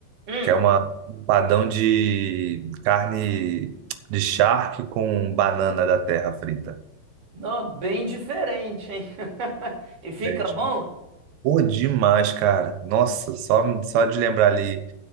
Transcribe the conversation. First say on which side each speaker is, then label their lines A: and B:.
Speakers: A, on the right; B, on the right.
A: Hum.
B: que é uma um empadão de carne de charque com banana da terra frita.
A: Nó, bem diferente, hein? <laughs> E fica
B: Diferente.
A: bom?
B: Pô, demais, cara. Nossa, só, só de lembrar ali